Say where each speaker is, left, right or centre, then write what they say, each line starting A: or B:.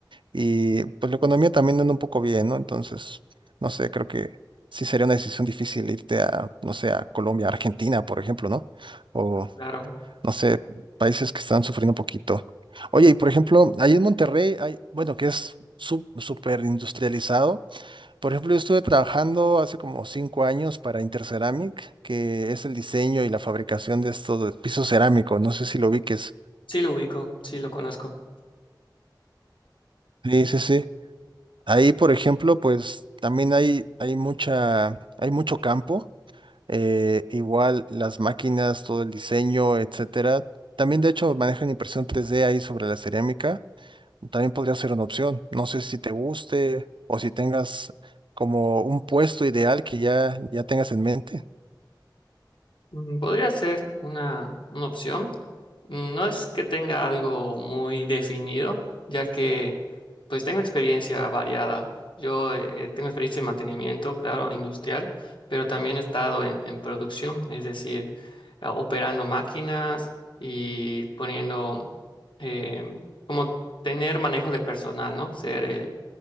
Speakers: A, on the right; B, on the left.
A: y pues la economía también anda un poco bien, ¿no? Entonces, no sé, creo que sí sería una decisión difícil irte a, no sé, a Colombia, Argentina, por ejemplo, ¿no? O,
B: Claro.
A: no sé, países que están sufriendo un poquito. Oye, y por ejemplo, ahí en Monterrey hay, bueno, que es su- súper industrializado. Por ejemplo, yo estuve trabajando hace como cinco años para Interceramic, que es el diseño y la fabricación de estos de piso cerámico. No sé si lo ubiques.
B: Sí lo ubico, sí lo conozco.
A: Sí, sí, sí. Ahí, por ejemplo, pues también hay, hay mucha, hay mucho campo. eh, igual las máquinas, todo el diseño, etcétera. También, de hecho, manejan impresión tres d ahí sobre la cerámica. También podría ser una opción. No sé si te guste o si tengas como un puesto ideal que ya, ya tengas en mente.
B: Mm, Podría ser una, una opción. Mm, No es que tenga algo muy definido, ya que pues tengo experiencia variada. Yo eh, tengo experiencia en mantenimiento, claro, industrial, pero también he estado en, en producción, es decir, a- operando máquinas y poniendo, eh, como tener manejo de personal, ¿no? Ser el,